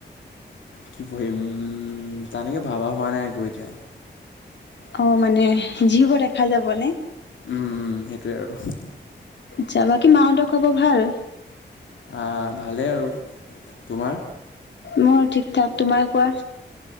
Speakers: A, on the left (about 85°); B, on the left (about 70°).
A: কি পঢ়িম? উম', তনেকে ভাবা হোৱা নাই। বুজা
B: অহ', মানে যি হব দেখা যাব নে।
A: উম', - উম', সেইটোৱে আৰু।
B: যাবাকী মাহঁতৰ খবৰ ভাল?
A: আঁহ', ভালেই আৰু তোমাৰ?
B: মোৰ ঠিক ঠাক তোমাৰ কোৱা?